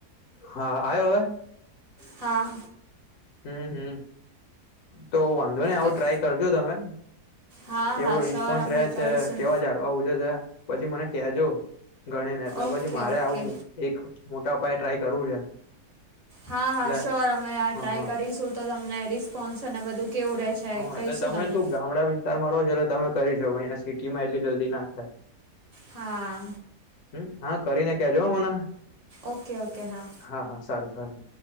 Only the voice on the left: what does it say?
હા આઓ હવે.
હમ્મ હમ્મ તો વાંધો નહી આવું
ટ્રાય કરજો તમે.
કેવો
રિસ્પોન્સ
રહે
છે કેવા ઝાડવા ઉજે છે. પછી મને કેજો ગણી ને એટલે
પછી મારે
આવું એક મોટા પાયે ટ્રાય કરવું છે.
એટલે
હ
હ
હા
એટલે તમે
શું ગામડા વિસ્તારમાં રહો છો એટલે તમે કરી શકો અહીયાં સિટીમાં એટલી જલ્દી ના થાય.
હમ્મ હા કરીને કજો હો મને.
હા-હા સારું-સારું.